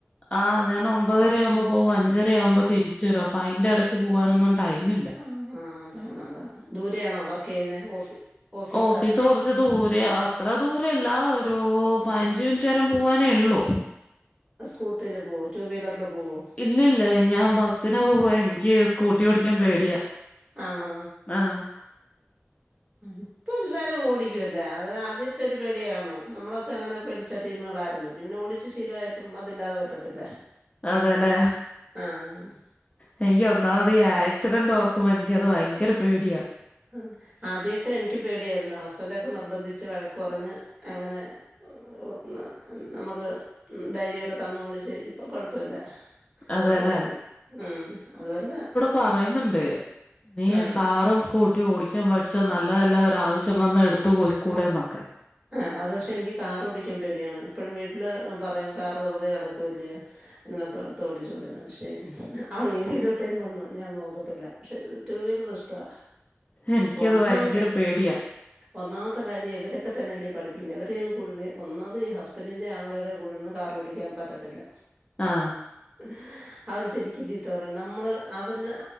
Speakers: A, on the left; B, on the right.
A: ആഹ് ഞാൻ ഒമ്പതരയാവുമ്പോ പോ വും അഞ്ചരയാവുമ്പോ തിരിച്ച് വരും അപ്പൊ അയിന്റെ എടയ്ക്ക് പോവാനൊന്നും ടൈമില്ല
B: ആഹ് അതാണ് അതാണ് ദൂരെയാണോ വർക്കെയ്യുന്നേ? ഓഫീ ഓഫീസാ?
A: ഓഫീസ് കുറച്ച് ദൂരയാ അത്ര ദൂരവില്ല ഒരു
B: ആഹ്
A: പതിനഞ്ച് മിനിറ്റ് നേരം പൂവാനേയൊള്ളു
B: സ്കൂട്ടീല് പോവോ ടുവീലറില് പോവോ?
A: ഇല്ലില്ല ഞാൻ ബസ്സിനെ പോവാ എനിക്ക് സ്കൂട്ടി ഓടിക്കാൻ പേടിയാ
B: ആണോ?
A: ആഹ്
B: ഇപ്പ എല്ലാരും ഓടിക്കുവല്ലോ അത് ആദ്യത്തെ ഒരു പേടി കാണും നമ്മളൊക്കെ അങ്ങനെ പേടി പേടിച്ച ടീമുകളായിരുന്നു പിന്നെ ഓടിച്ച് ശീലവായപ്പം അതില്ലാതെ പറ്റത്തില്ല
A: അതേല്ലേ?
B: ആഹ്
A: എനിക്ക് ഒന്നാമത് ഈ ആക്സിഡന്റ് ഓർ ക്കുമ്പോ എനിക്കത് ഭയങ്കര പേടിയാ
B: ആഹ് ആദ്യയക്കെ എനിക്കും പേടിയായിരുന്നു ഹസ്ബൻഡ് ഒക്കെ നിർബന്ധിച്ച് വഴക്ക് പറഞ്ഞ് അങ്ങനെ ഒന്ന് നമുക്ക് ധൈര്യൊക്കെ തന്ന് ഓടിച്ച് ഇപ്പം കൊഴപ്പവില്ല
A: അതെല്ലേ
B: ഓടിക്കും ഉം അതുപോലെ
A: പറയ്ന്നുണ്ട് നീ
B: ആഹാ
A: കാറും സ്കൂ ട്ടിയും ഓടിക്കാൻ പഠിച്ചോ നല്ലതല്ലേ ഒരു ആവിശ്യം വന്ന എടുത്ത് പോയ്ക്കൂടെന്നൊക്കെ
B: ആഹ് അത് പക്ഷെ എനിക്ക് കാറ് ഓടിക്കാൻ പേടിയാണ് ഇപ്പഴും വീട്ടില് പറയും കാറ് വെറുതെ കിടക്കുവല്ലയോ നിനക്ക് അതെടുത്ത് ഓടിച്ചൂടേന്ന് പക്ഷെ ആ ഏരിയയിലോട്ടേ ഞാൻ ഞാൻ നോക്കത്തില്ല പക്ഷെ ടു വീലർ ഇഷ്ട്ടവ
A: എനിക്കത്
B: ഒന്നാമത്
A: ഭയങ്കര പേടിയാ
B: ഒന്നാമത്തെ കാര്യം ഇവരെ ക്കെ തന്നെയല്ലേ പഠിപ്പിക്കുന്നെ ഇവരേയൊന്നും കൂടിയിര്ന്ന് ഒന്നാമത് ഹസ്ബൻഡിന്റെ ആങ്ങളയുടെ കൂടെയിര്ന്ന് കാറോടിക്കാൻ പറ്റത്തില്ല
A: ആഹ്
B: ഉ <unintelligible> അവര് ശരിക്കും ചീത്ത പറയും നമ്മള് അവരു